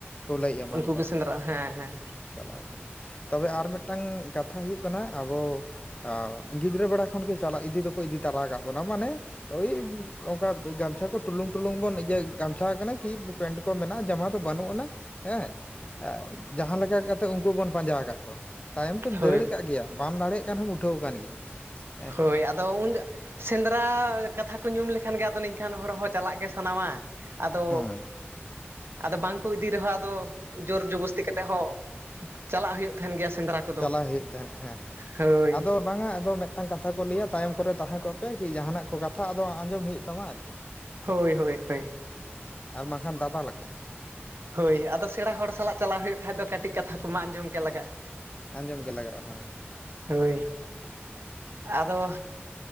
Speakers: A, on the left; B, on the right.
A: ᱠᱩᱞᱟᱹᱭ ᱮᱢᱟᱱ
B: ᱩᱱᱠᱩ
A: ᱠᱚ
B: ᱥᱮᱸᱫᱽᱨᱟ ᱦᱮᱸ ᱦᱮᱸ
A: <inaudible> ᱛᱚᱵᱮ ᱟᱨ ᱢᱤᱫ ᱴᱟᱝ ᱠᱟᱛᱷᱟ ᱦᱩᱭᱩᱜ ᱠᱟᱱᱟ ᱟᱵᱚ ᱟᱻ ᱜᱤᱫᱽᱨᱟᱹ ᱵᱮᱲᱟ ᱠᱷᱚᱱᱜᱮ ᱪᱟᱞᱟᱜ ᱤᱫᱤ ᱫᱚᱠᱚ ᱤᱫᱤ ᱛᱟᱨᱟ ᱟᱠᱟᱫ ᱵᱚᱱᱟ᱾ ᱢᱟᱱᱮ ᱳᱭ ᱚᱱᱠᱟ ᱜᱟᱢᱪᱷᱟ ᱠᱚ ᱴᱩᱞᱩᱝ ᱴᱩᱞᱩᱝ ᱵᱚᱱ ᱤᱭᱟᱹ ᱜᱟᱢᱪᱷᱟ ᱠᱟᱱᱟ ᱠᱤ ᱯᱮᱱᱴ ᱠᱚ ᱢᱮᱱᱟᱜᱼᱟ ᱡᱟᱢᱟ ᱫᱚ ᱵᱟᱹᱱᱩᱜ ᱟᱱᱟ ᱦᱮᱸ ᱡᱟᱦᱟᱸ ᱞᱮᱠᱟ <unintelligible> ᱠᱟᱛᱮ ᱩᱱᱠᱩ ᱵᱚᱱ ᱯᱟᱸᱡᱟ ᱠᱫ ᱠᱚᱣᱟ᱾ ᱛᱟᱭᱚᱢ ᱛᱮᱢ
B: ᱦᱳᱭ
A: ᱫᱟᱹᱲ ᱟᱠᱟᱫ ᱜᱮᱭᱟ᱾ ᱵᱟᱢ ᱫᱟᱲᱮᱭᱟᱜ ᱠᱟᱱ ᱦᱚᱸᱚᱢ ᱩᱴᱷᱟᱹᱣ ᱟᱠᱟᱱ ᱜᱮᱭᱟ᱾ ᱦᱮᱸ
B: ᱦᱳᱭ ᱟᱫᱚ ᱩᱱ ᱥᱮᱸᱫᱽᱨᱟ ᱠᱟᱛᱷᱟ ᱠᱚ ᱧᱩᱢ ᱞᱮᱠᱷᱟᱱ ᱜᱮ ᱟᱫᱚ ᱱᱤᱝᱠᱷᱟᱱ ᱦᱚᱲ ᱦᱚᱸ ᱪᱟᱞᱟᱜ ᱜᱮ ᱥᱟᱱᱟᱣᱟ ᱟᱫᱚ
A: ᱦᱮᱸ
B: ᱟᱫᱚ ᱵᱟᱝ ᱠᱚ ᱤᱫᱤ ᱨᱮᱦᱚᱸ ᱟᱫᱚ ᱡᱳᱨ ᱡᱚᱵᱚᱥᱛᱤ ᱠᱟᱛᱮᱫ ᱦᱚᱸ ᱪᱟᱞᱟᱜ ᱦᱩᱭᱩᱜ ᱛᱟᱦᱮᱱ ᱜᱮᱭᱟ ᱥᱮᱸᱫᱽᱨᱟ ᱠᱚᱫᱚ
A: ᱪᱟᱞᱟᱣ ᱦᱩᱭᱩᱜ ᱛᱟᱦᱮᱸᱫ ᱦᱮᱸ
B: ᱦᱳᱭ
A: ᱟᱫᱚ ᱵᱟᱝᱟ ᱟᱫᱚ ᱢᱤᱫ ᱴᱟᱝ ᱠᱟᱛᱷᱟ ᱠᱚ ᱞᱟᱹᱭᱟ ᱛᱟᱭᱚᱢ ᱠᱚᱨᱮ ᱛᱟᱦᱮᱸ ᱠᱚᱜ ᱯᱮ ᱠᱤ ᱡᱟᱦᱟᱱᱟᱜ ᱠᱚ ᱠᱟᱛᱷᱟ ᱟᱫᱚ ᱟᱸᱡᱚᱢ ᱦᱩᱭᱩᱜ ᱛᱟᱢᱟ ᱟᱨᱠᱤ
B: ᱦᱳᱭ ᱦᱳᱭ ᱦᱳᱭ
A: ᱟᱨ ᱵᱟᱝᱠᱷᱟᱱ ᱫᱟᱫᱟᱞ ᱞᱟᱠᱚ
B: ᱦᱳᱭ ᱟᱫᱚ ᱥᱮᱬᱟ ᱦᱚᱲ ᱥᱟᱞᱟᱜ ᱪᱟᱞᱟᱜᱣ ᱦᱩᱭᱩᱜ ᱠᱷᱟᱱᱡ ᱫᱚ ᱠᱟᱹᱴᱤᱡ ᱠᱟᱛᱷᱟ ᱠᱚᱢᱟ ᱟᱸᱡᱚᱢ ᱜᱮ ᱞᱟᱜᱟᱜᱼᱟ
A: ᱟᱸᱡᱚᱢ ᱜᱮ ᱞᱟᱜᱟᱜᱼᱟ ᱦᱮᱸ
B: ᱦᱳᱭ ᱟᱫᱚ